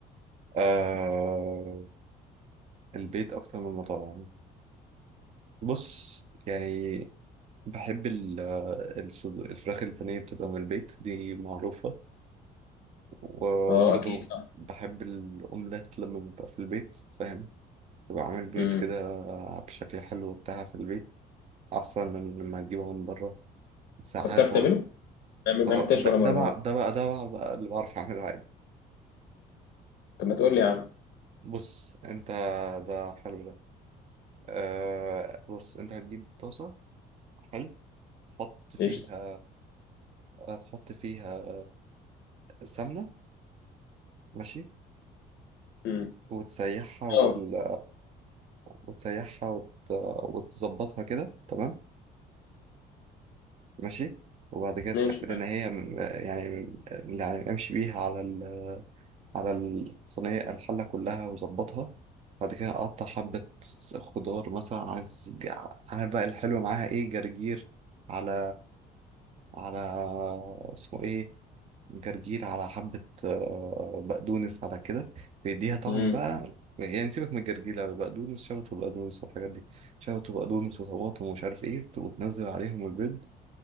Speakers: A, on the right; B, on the left.
A: آه البيت أكتر من المطاعم بص يعني بحب ال- السج- الفراخ البانيه بتبقى من البيت دي معروفة وبرضه
B: اه اكيد صح
A: بحب الأومليت لما ببقى في البيت فاهم ببقى عامل بيض
B: امم
A: كده بشكل حلو بتاع في البيت أحسن من لما أجيبه من بره ساعات
B: طب بتعرف تعمله
A: والله
B: ما عمل-
A: اه
B: ما عملتهاش
A: ده
B: ولا
A: ده
B: مره
A: بقى ده بقى ده بقى, بقى اللي بعرف أعمله عادي
B: طب ما تقول لي يا عم
A: بص أنت ده حلو ده آه بص أنت هتجيب طاسة حلو تحط فيها
B: قشطه
A: هتحط فيها سمنة ماشي
B: امم
A: وتسيحها وال
B: اه
A: وتسيحها وت... وتظبطها كده تمام ماشي وبعد كده تتأكد
B: ماشي
A: إن هي م- يعني م- يعني امشي بيها على ال على الصينية الحلة كلها وظبطها بعد كده أقطع حبة خضار مثلا عايز جع- أنا بقى الحلو معاها إيه جرجير على على اسمه إيه جرجير على حبة آه، بقدونس على كده بيديها طعم
B: امم
A: بقى يعني سيبك من الجرجير لا بقدونس شبت وبقدونس والحاجات دي شبت وبقدونس وطماطم ومش عارف إيه وتنزل عليهم البيض